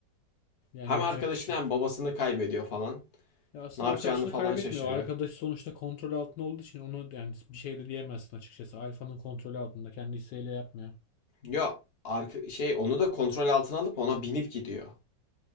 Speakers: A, on the left (about 75°); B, on the left (about 40°).
A: Yani
B: Hem
A: yapacak
B: arkadaşını
A: bir şey
B: hem
A: yok.
B: babasını kaybediyor falan.
A: Ya aslında
B: Ne yapacağını
A: arkadaşını
B: falan
A: kaybetmiyor.
B: şaşırıyor.
A: Arkadaş sonuçta kontrol altında olduğu için ona yani bir şey de diyemezsin açıkçası. Alfa'nın kontrolü altında. Kendi isteğiyle yapmıyor.
B: Yo arka, şey onu da kontrol altına alıp ona binip gidiyor.